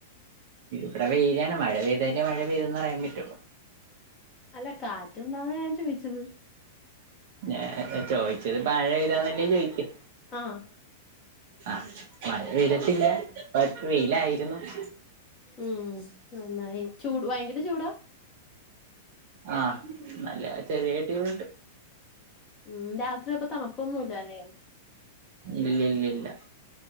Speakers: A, on the right; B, on the left.
A: ഇവിടെ വെയിലാണ് മഴ പെയ്താലേ മഴ പെയ്തെന്ന് പറയാൻ പറ്റു
B: അല്ല കാറ്റ് ഉണ്ടോന്നാ ഞാൻ ചോദിച്ചത്
A: ഞാ ചോ ച്ചത് മഴ പെയ്താന്നല്ലേ ചോദി
B: ആഹ്
A: ആഹ് മഴ പെയ്തിട്ടില്ല ബട്ട് വെയിലായിരുന്നു
B: ഉം നന്നായി ചൂട് ഭയങ്കര ചൂടാ
A: ആഹ് നല്ല ചെറിയായിട്ട് ചൂട്ണ്ട്
B: ഉം രാത്രി അപ്പൊ തണുപ്പൊന്നൂല്ലാല്ലേ
A: ഇല്ലില്ലില്ലാ